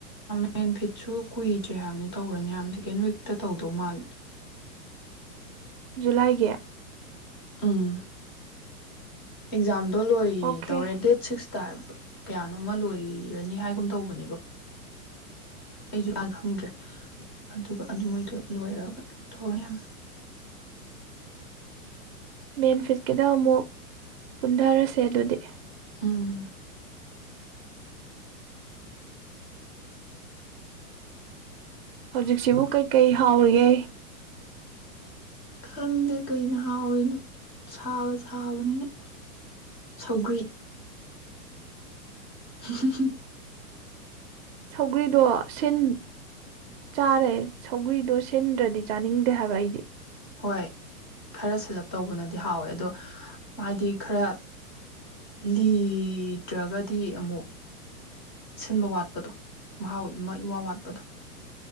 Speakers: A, on the left; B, on the right.
A: ꯃꯦꯟ ꯐꯤꯠꯁꯨ ꯀꯨꯏꯗ꯭ꯔꯦ ꯍꯥꯏꯕꯅꯤ ꯇꯧꯔꯅꯤ ꯌꯥꯝꯅ ꯁꯦꯀꯦꯟ ꯋꯤꯛꯇ ꯇꯧꯗꯧ ꯃꯥꯜꯂꯦ
B: ꯖꯨꯂꯥꯏꯒꯤ
A: ꯑꯥ ꯑꯦꯛꯖꯝ ꯑꯗꯣ ꯂꯣꯏ
B: ꯑꯣꯀꯦ
A: ꯇꯧꯔꯦ ꯗꯦꯠ ꯁꯤꯛꯁꯇ ꯀꯌꯥꯅꯣ ꯑꯃ ꯂꯣꯏꯔꯅꯤ ꯍꯥꯏꯒꯨꯝ ꯇꯧꯕꯅꯦꯕ ꯑꯩꯁꯨ ꯀ ꯈꯪꯗ꯭ꯔꯦ ꯑꯗꯨꯒ ꯑꯗꯨ ꯃꯣꯏꯗꯣ ꯂꯣꯏꯔꯛꯑꯒ ꯇꯧꯅꯤ ꯌꯥꯝ
B: ꯃꯦꯟꯐꯤꯠꯀꯤꯗ ꯑꯃꯨꯛ ꯄꯨꯟꯊꯔꯁꯦ ꯑꯗꯨꯗꯤ
A: ꯑꯥ
B: ꯍꯧꯖꯤꯛꯁꯤꯕꯨ ꯀꯩꯀꯩ ꯍꯥꯎꯔꯤꯒꯦ
A: ꯈꯪꯗꯦ ꯀꯩꯅ ꯍꯥꯎꯔꯤꯅꯣ ꯁꯥꯕ ꯁꯥꯕꯅꯤꯅ ꯁꯧꯒ꯭ꯔꯤ ꯍ ꯍ ꯍ
B: ꯁꯧꯒ꯭ꯔꯤꯗꯣ ꯁꯤꯟ ꯆꯥꯔꯦ ꯁꯧꯒ꯭ꯔꯤꯗꯣ ꯁꯤꯟꯗ꯭ꯔꯗꯤ ꯆꯥꯅꯤꯡꯗꯦ ꯍꯥꯏꯕ ꯑꯩꯗꯤ
A: ꯍꯣꯏ ꯈꯔ ꯁꯦꯂꯞ ꯇꯧꯕꯅꯗꯤ ꯍꯥꯎꯋꯦ ꯑꯗꯣ ꯍꯥꯏꯗꯤ ꯈꯔ ꯂꯤꯗ꯭ꯔꯒꯗꯤ ꯑꯃꯨꯛ ꯁꯤꯟꯕ ꯋꯥꯠꯄꯗꯣ ꯍꯥꯎꯋꯤ ꯏ ꯋꯥ ꯋꯥꯠꯄꯗꯣ